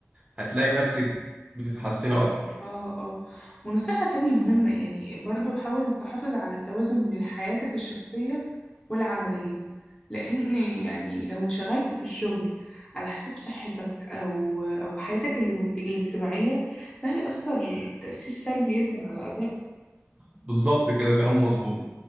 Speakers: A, on the right; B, on the left.
A: هتلاقي نفسك بتتحسني أكتر
B: اه اه ونصيحة تانية مهمة يعني برضو حاول تحافظ على التوازن بين حياتك الشخصية والعملية لأن يعني لو انشغلت في الشغل على حساب صحتك أو أو حياتك ال- الاجتماعية ده هيأثر تأثير سلبي جدا على أداء
A: بالظبط كده كلام مظبوط